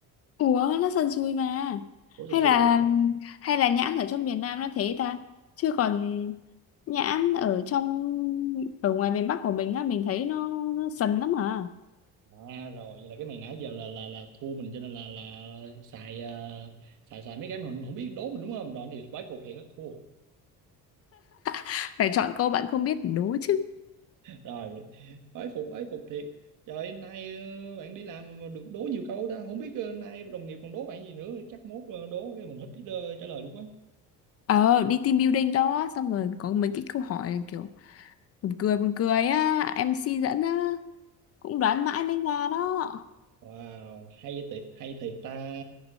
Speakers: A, on the left; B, on the right.
A: ủa nó sần sùi mà
B: ủa sần
A: hay
B: sùi
A: là
B: được
A: hay là nhãn ở trong miền Nam nó thế ta chứ còn nhãn ở trong ở ngoài miền Bắc của mình á mình thấy nó, nó sần lắm à
B: À rồi vậy là cái này nãy giờ là là là thua mình cho nên là là xài ờ, xài xài mấy cái mà mình không biết đố mình đúng không? Rồi thì bái phục thiệt á thua.
A: <laughs> phải chọn câu bạn không biết để đố chứ
B: Rồi bái phục bái phục thiệt. Trời nay ờ, bạn đi làm mà được đố nhiều câu ta không biết ờ, nay đồng nghiệp còn đố bạn gì nữa chắc mốt ờ, đố cái mình hết biết ờ, trả lời luôn quá.
A: ờ đi team building đó xong rồi có mấy cái câu hỏi kiểu buồn cười buồn cười á em MC dẫn á cũng đoán mãi mới ra đó
B: Wow, hay thiệt, hay thiệt ta.